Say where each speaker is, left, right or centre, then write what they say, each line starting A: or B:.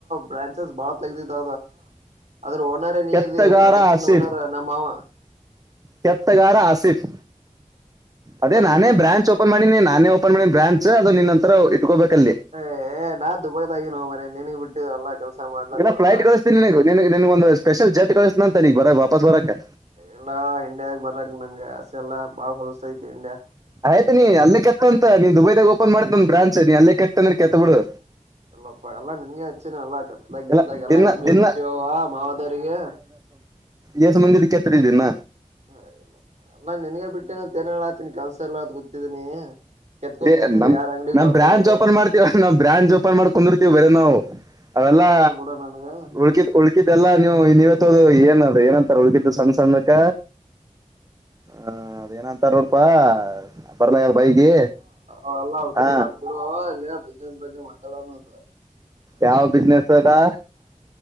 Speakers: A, on the right; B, on the right.
A: ಬ್ರಾಂಚಸ್ ಬಾಳ ತಗ್ದಿದ್ದ ಅದ್ರ ಓನರ್ ನೀ
B: ಕೆತ್ತಗಾರ
A: ಇದ ಬ್ರಾಂಚನ್
B: ಆಸೀಫ್
A: ಓನರ್ ನಮ್ಮ ಮಾವ
B: ಕೆತ್ತಗಾರ ಆಸಿಫ್
A: ಇಲ್ಲ
B: ಅದೇ ನಾನೇ
A: ಇಲ್ಲ
B: ಬ್ರಾಂಚ್
A: ಇಲ್ಲ
B: ಓಪನ್ ಮಾಡಿನಿ ನಾನೇ ಓಪನ್ ಮಾಡಿ ಬ್ರಾಂಚ್ ಅದು ನಿನ್ನಂತರ ಇಟ್ಕೋಬೇಕಲ್ಲಿ
A: ಏ ನಾನ್ ದುಬೈದಾಗಿ ಯಾವ ಮಾರಾಯ ನೀನಗ್ ಬಿಟ್ಟು ಎಲ್ಲಾ ಕೆಲ್ಸ ಮಾಡ್ಲಕ್ಕ
B: ಇಲ್ಲ ಫ್ಲೈಟ್
A: ಎಲ್ಲ
B: ಕಳ್ತನಿಗಗೆನ್ ಒಂದು ಸ್ಪೆಲ್ ಜಟ್ ಕಳ್ತನ ಅಂತ ಬರಬಾ ವಾಪಸ್ ಬರಕ
A: ಎಲ್ಲಾ ಇಂಡಿಯಾಗ ಬರ್ಲಕ್ ನನ್ಗೆ ಆಸೆ ಎಲ್ಲಾ ಬಾಳ್ ಹೊಲಸತೈತಿ ಇಂಡಿಯಾ
B: ಆಯ್ತು ನೀ ಅಲ್ಲ ಕೆತ್ತಂತ ನೀ ದುಬೈದಾಗ ಓಪನ್ ಮಾಡಿದ್ ಒನ್ ಬ್ರಾಂಚ್ ನೀ ಅಲ್ಲ ಕೆತ್ತಂದ್ರೆ ಕೆತ್ತ ಬಿಡು
A: ಎಲ್ಲಪ್ಪ ಎಲ್ಲಾ ನಿಮ್ಗೆ ಹಚ್ಚಿನ ಅಲ್ಲ ಕತ್ಲಗ್ ಕಿತ್ಲಾಗ
B: ಇಲ್ಲ
A: ಎಲ್ಲಾ
B: ದಿನ
A: ನಿಮ್ಗೆ
B: ದಿನ
A: ಬಿಟ್ಟಿವವ ಮಾವದವರಿಗೆ
B: ಎಏಸ ಮುಂದಿದಕ್ಕೆತ್ತ ಇದ್ದೀನ
A: ಹಲ್ಲ ಅಲ್ಲಾ ನಿನ್ಗ ಬಿಟ್ಟೇನ ಆತೀನಿ ಕೆಲ್ಸ ಎಲ್ಲ ಅ ಗೊತ್ತಿದೀನಿ ಕೆತ್ಕೋತ್
B: ಏ
A: ಕೂತಿದೆ
B: ನಮ್
A: ಯಾರ್ ಅಂಗಡಿಗ್
B: ನಾವ್
A: ಬರ್ತಾರೋದ
B: ಬ್ರಾಂಚ್ ಓಪನ್ ಮಾಡ್ತೀವ ನಾವ್ ಬ್ರಾಂಚ್ ಓಪನ್ ಮಾಡ್ಕೊಂಡಿರ್ತೀವ ಬೇರೆ ನಾವು ಅವೆಲ್ಲಾ
A: ಬರ್ತದ್ ಬಿಡ ನನ್ಗ
B: ಉಳ್ಕಿದ್ ಉಳ್ಕಿದ್ದೆಲ್ಲಾ ನೀವು ಇನ್ವತ್ತ ಏನ ಏನಂತಾರ ಉುಡುಕಿದ್ದ ಸಣ್ಣ ಸಣ್ಣಕ್ಕ ಹ ಅದ ಏನಂತಾರ ಹ್ರಪಾ ಬರ್ಲಲ್ಲ ಬೈಗಿ
A: ಅವಲ್ಲಾ ಹದ್ರ
B: ಹ
A: ಮಾತ್ ಬಿಡುವ ಇಲ್ಲ ಬಿಸ್ನೆಸ್ ಬಗ್ಗೆ ಮಾತಾಡೋಣ ಅಂದ
B: ಯಾವ ಬಿಸ್ನೆಸ್ ಅದಾ